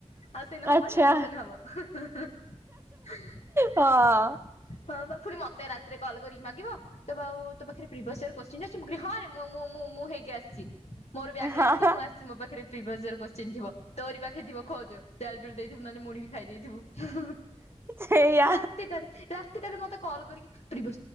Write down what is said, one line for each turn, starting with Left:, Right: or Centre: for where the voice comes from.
Left: ଆଉ ସେନ ହବନି
Right: ଆଚ୍ଛା
Left: <unintelligible> ହଁ
Right: ହଁ
Left: ବା ପୁଣି ମତେ ରାତିରେ କଲ୍ କରିକି ମାଗିବ। ତ ଆଉ ତୋ ପାଖରେ ପ୍ରିିବେଶ ଇୟର କ ହଁରେ ମୁଁ ମୁଁ ମୁଁ ମୁଁ ହେଇକି ଆସିଛି। ମୋର ବ୍ୟାଗ
Right: ହଁ।
Left: ଲାଗିଛି ମୁଁ ଆସିଛି ମୋ ପାଖରେ <unintelligible> ଥିବ। ତୋରି ପାଖରେ ଥିବ ଖୋଜ। ଜାଲ ଜୋଲ ଦେଇଥିବୁ ନହେଲେ ମୁଣି ବି ଖାଇ ଦେଇଥିବୁ
Right: ସେଇଆ
Left: ରାତି ତାର ରାତିଟାରେ ମତେ କଲ୍ କରିକି <unintelligible>